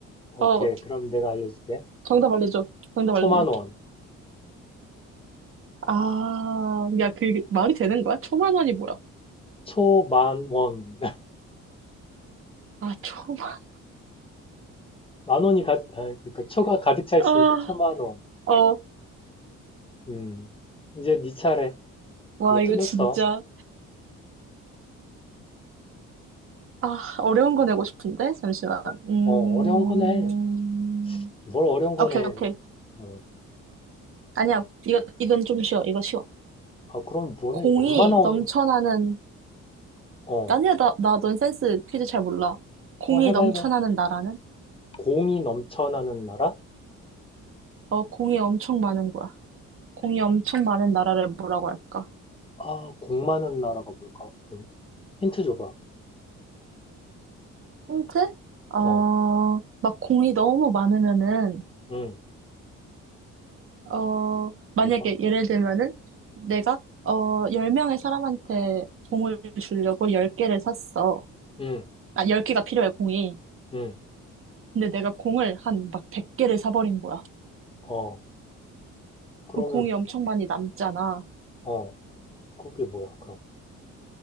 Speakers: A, on the left; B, on the right.
A: 오케이,
B: 어,
A: 그럼 내가 알려줄게.
B: 정답 알려줘. 정답
A: 초만원,
B: 알려줘. 아, 야, 그 말이 되는 거야? 초만 원이 뭐야?
A: 초만원. <laughs>
B: 아, 초만,
A: 만원이 가, 아, 그러니까 초가 가득 차
B: 아,
A: 있으니까 초만원.
B: 어,
A: 음. 이제 네 차례.
B: 와,
A: 너
B: 이거
A: 틀렸어.
B: 진짜, 아, 어려운 거 내고 싶은데? 잠시만.
A: 어,
B: 음,
A: 어, 어려운 거네. 뭘 어려운 거네.
B: 오케이, 오케이.
A: 어.
B: 아니야, 이거, 이건 좀 쉬워. 이거 쉬워.
A: 아, 그럼 뭐네?
B: 공이
A: 얼마나 어려운,
B: 넘쳐나는
A: 어.
B: 아니야, 나, 나 넌센스 퀴즈 잘 몰라. 공이
A: 어, 해봐,
B: 넘쳐나는
A: 해봐.
B: 나라는?
A: 공이 넘쳐나는 나라?
B: 어, 공이 엄청 많은 거야. 공이 엄청 많은 나라를 뭐라고 할까?
A: 아, 공 많은 나라가 뭘까? 공? 힌트 줘봐.
B: 힌트? 어,
A: 어,
B: 막 공이 너무 많으면은,
A: 응,
B: 어, 만약에
A: 뭐봐?
B: 예를 들면은, 내가, 어, 10명의 사람한테 공을 주려고 10개를 샀어.
A: 응,
B: 아, 10개가 필요해, 공이.
A: 응,
B: 근데 내가 공을 한 막 100개를 사버린 거야.
A: 어. 그러면,
B: 그럼 공이 엄청 많이 남잖아.
A: 어, 그게 뭐야, 그럼.